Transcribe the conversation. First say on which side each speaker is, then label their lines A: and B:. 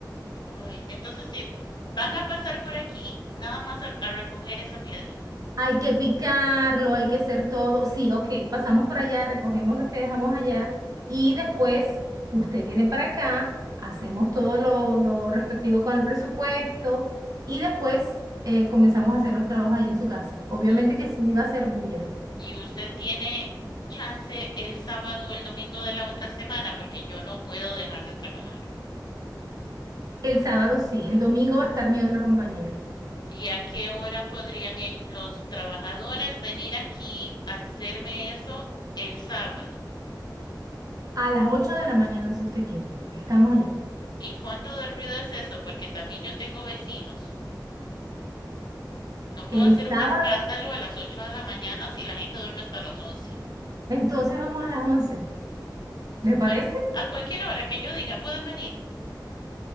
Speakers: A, on the left; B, on the right.
A: Ay, entonces si van a pasar por aquí, nada más a, a recoger esa piedra.
B: Hay que picarlo, hay que hacer todo. Sí, ok, pasamos por allá, recogemos lo que dejamos allá y después usted viene para acá, hacemos todo lo, lo respectivo con el presupuesto y después eh, comenzamos a hacer los trabajos ahí en su casa. Obviamente
A: Y,
B: que sí va a ser bulla.
A: y usted tiene chance el sábado o el domingo de la otra semana porque yo no puedo dejar de trabajar.
B: El sábado sí, el domingo va a estar mi otra compañera.
A: ¿Y a qué hora podrían ell- los trabajadores venir aquí a hacerme eso el sábado?
B: A las 8 de la mañana, si usted quiere. Estamos allá.
A: ¿Y cuánto de ruido es eso? Porque también yo tengo vecinos. No puedo
B: El
A: hacer
B: sábado,
A: un escándalo a las 8 de la mañana si la gente duerme hasta las 11.
B: entonces vamos a las once ¿Le parece?
A: Pero a cualquier hora que yo diga pueden venir,